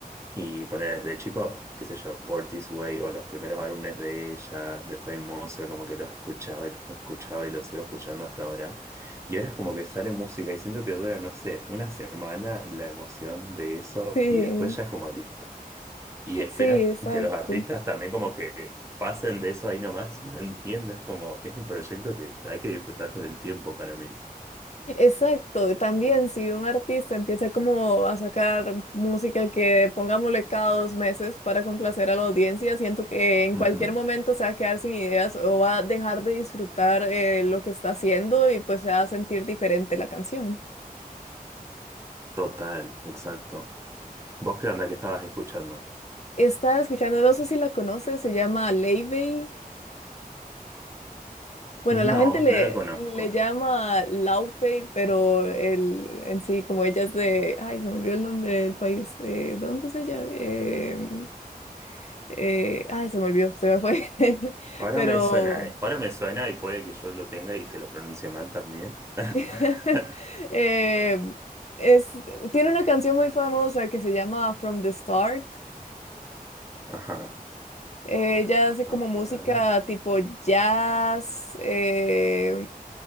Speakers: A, on the right (about 15°); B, on the left (about 45°).
A: Y poner desde chico, qué sé yo, Born This Way o los primeros álbumes de ella, de Fame Monster, como que los escuchaba y los escuchaba y los sigo escuchando hasta ahora. Y ahora es como que sale música y siento que dura, no sé, una semana la emoción de eso
B: sí,
A: y después ya es como listo. Y esperan
B: sí, exacto.
A: que los artistas también como que pasen de eso ahí nomás. y No entiendo, es como, es un proyecto que hay que disfrutar con el tiempo para mí.
B: Exacto, también si un artista empieza como a sacar música que pongámosle cada dos meses para complacer a la audiencia, siento que en
A: Ujú,
B: cualquier momento se va a quedar sin ideas o va a dejar de disfrutar eh, lo que está haciendo y pues se va a sentir diferente la canción.
A: Total, exacto. ¿Vos qué onda que estabas escuchando?
B: Estaba escuchando, no sé si la conoces, se llama Laufey. Bueno, la
A: No,
B: gente le,
A: no la conozco.
B: le llama Laufey, pero el, en sí, como ella es de, ay, se me olvidó el nombre del país, eh, ¿dónde es ella? Em, eh, ay, se me olvidó, se me fue. <laughs>
A: Ahora
B: Pero
A: me suena, ¿eh? Ahora me suena y puede que yo lo tenga y que lo pronuncie mal también.
B: <laughs>
A: <laughs>
B: eh, es, tiene una canción muy famosa que se llama From the Start.
A: Ajá.
B: Eh, Ella hace como
A: A
B: música
A: ver.
B: tipo jazz. eh,